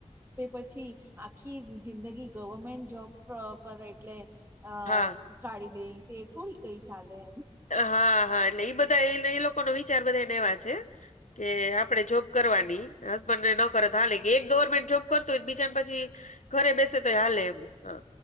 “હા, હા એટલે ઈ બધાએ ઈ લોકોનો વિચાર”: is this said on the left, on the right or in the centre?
Left